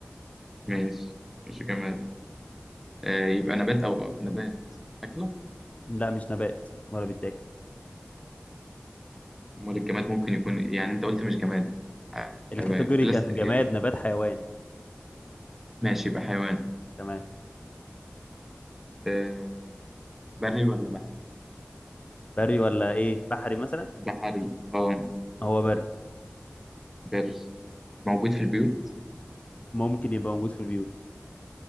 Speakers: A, in the centre; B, on the left.
A: ماشي مش جماد آه يبقى نبات أو نبات أكلة
B: لا مش نبات ولا بيتاكل
A: أمال الجماد ممكن يكون إيه؟ يعني أنت قلت مش جماد ح-
B: الكاتيجوري
A: حيوان بلاستيك
B: كان جماد
A: إيه؟
B: نبات حيوان
A: ماشي يبقى حيوان
B: تمام
A: آه بري ولا بحري؟
B: بري ولا ايه بحري مثلا
A: بحري أه
B: هو بري
A: بري موجود في البيوت
B: ممكن يبقى موجود في البيوت